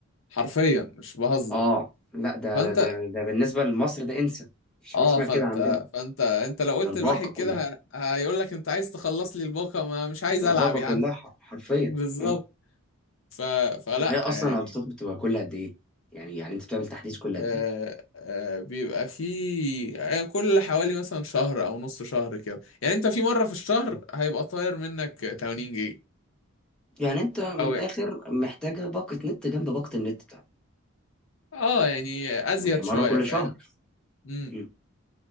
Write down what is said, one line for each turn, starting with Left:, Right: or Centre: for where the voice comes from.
Left: حرفيا مش بهزر
Centre: اه لا ده
Left: فانت
Centre: ده ده, ده بالنسبه لمصر ده انسى مفيش حاجه
Left: اه
Centre: اسمها
Left: فانت
Centre: كده عندنا
Left: فانت انت لو قلت
Centre: ده الباقه
Left: لواحد كده
Centre: كلها
Left: ه- هيقول لك انت عايز تخلص لي الباقة ما مش عايز
Centre: الباقه
Left: العب يا
Centre: كلها
Left: عم
Centre: ح- حرفيا
Left: <laughs> بالظبط
Centre: مم.
Left: ف... فلا
Centre: وهي اصلا
Left: يعني
Centre: الارتباط بتبقى كل قد ايه يعني يعني انت بتعمل تحديث كل
Left: آه
Centre: قد ايه
Left: آه بيبقى في آه كل حوالي مثلا شهر او نص شهر كده يعني انت في مرة في الشهر
Centre: مم.
Left: هيبقى طاير منك 80 جيجا
Centre: يعني انت من
Left: او
Centre: الاخر محتاجه باقه نت جنب باقه النت بتاعتك
Left: اه يعني ازيد
Centre: ما هي مره
Left: شوية
Centre: كل
Left: فاهم
Centre: شهر
Left: امم
Centre: مم.